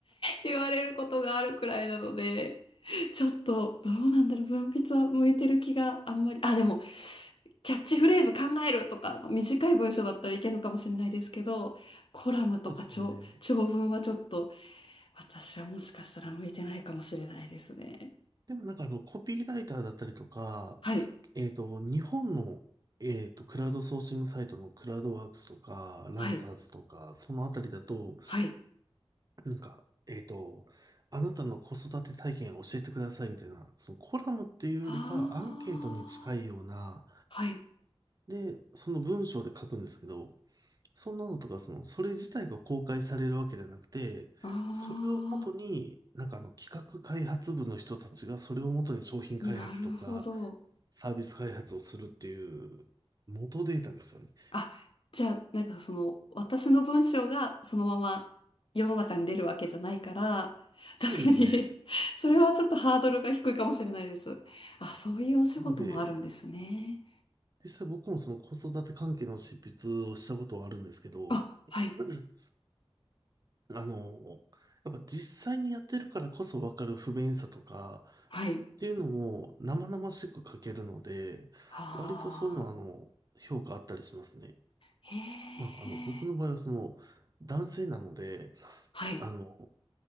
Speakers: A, on the left; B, on the right.
A: 言われることがあるくらいなので、ちょっと、どうなんだろう、文筆は向いてる気があんまり、あ、でも、キャッチフレーズ考えるとか、あの短い文章だったらいけるのかもしれないですけど、コラムとか長、
B: そうですね。
A: 長文はちょっと、私はもしかしたら向いてないかもしれないですね。
B: でもなんかあの、コピーライターだったりとか、
A: はい、
B: えっと、日本の、えっと、クラウドソーシングサイトのクラウドワークスとか、ランサーズとか、
A: はい、
B: そのあたりだと、
A: はい。
B: なんか、えっと、あなたの子育て体験を教えてくださいみたいな、そのコラムっていうよりかはアンケートに近いような、
A: ああ、はい。
B: で、その文章で書くんですけど、そんなのとか、その、それ自体が公開されるわけじゃなくて、
A: あ
B: それを元に、なんかあの企画開発部の人たちがそれを元に商品開発とか
A: あ、なるほど。
B: サービス開発をするっていう元データですよね。
A: あ、じゃあ、なんかその、私の文章がそのまま世の中に出るわけじゃないから、
B: そうですね。
A: 確かに <laughs> それはちょっとハードルが低いかもしれないです。あ、そういうお仕事もあるんですね。
B: なので、実際僕もその子育て関係の執筆をしたことはあるんですけど、
A: あ、はい、
B: <clears throat> あの、やっぱ実際にやってるからこそわかる不便さとか、
A: はい。
B: っていうのも生々しく書けるので、
A: ああ、
B: 割とそういうのはあの、評価あったりしますね。
A: へえ、
B: まあ、あの、僕の場合はその、男性なので、
A: はい、
B: あの、